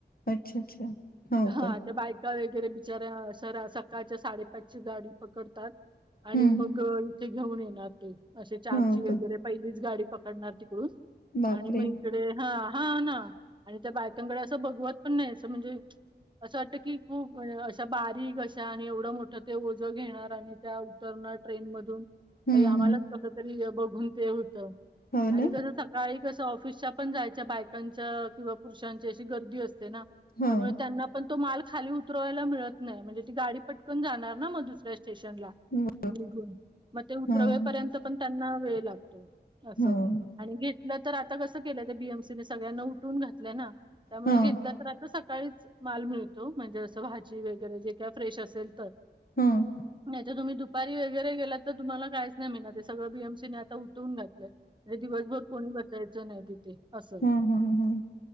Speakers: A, on the left (about 55°); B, on the right (about 25°).
A: अच्छा, अच्छा. हो
B: हा
A: का?
B: ते बाय- का वगैरे बिचाऱ्या सरा, सकाळच्या साडेपाचची गाडी पकडतात आणि
A: हम्म.
B: मग- इथे घेऊन येणार ते, असे चारची
A: हो
B: वगैरे
A: का?
B: पहिलीच गाडी पकडणार तिकडून-
A: बापरे!
B: आणि मग इकडे हा, हा ना आणि त्या बायकांकडे असं बघवत पण नाही अस म्हणजे- असं वाटतं की, खूप अशा बारीक अशा आणि एवढं मोठं ते ओझं घेणार आणि त्या उतरणार- ट्रेन मधून,
A: हम्म,
B: बाई आम्हाला
A: हम्म.
B: कसं तरी हे बघून ते होतं
A: हो
B: आणि
A: ना?
B: तूला सां- सकाळी कसं ऑफिसच्या पण जायच्या, बायकांच्या किंवा पुरुषांची अशी गर्दी असते ना.
A: हां.
B: त्यामुळे त्यांना- पण तो माल खाली उतरवायला मिळत नाही, म्हणजे ती गाडी पटकन जाणार ना मग दुसऱ्या स्टेशनला?
A: <inaudible>
B: निघून, मग ते उतरवेपर्यंत
A: हां,
B: पण त्यांना वेळ लागतो असं.
A: हां.
B: आणि घेतलं तर आता कसं केलंय, त्या बी एम सी ने सगळ्यांना उठवून घातलंय ना. त्यामुळे
A: हां,
B: घेतलं तर आता सकाळीच- माल मिळतो, म्हणजे असं भाजी वगैरे जे काय फ्रेश असेल तर,
A: हां.
B: नाहीतर तुम्ही दुपा- दुपारी वगैरे गेला तर तुम्हाला काहीच नाही मिळणार ते, सगळं बी एम सी ने आता उठवून घातलंय. आणि दिवसभर कोणी बसायचं नाही तिथे. असं.
A: हम्म, हम्म, हम्म,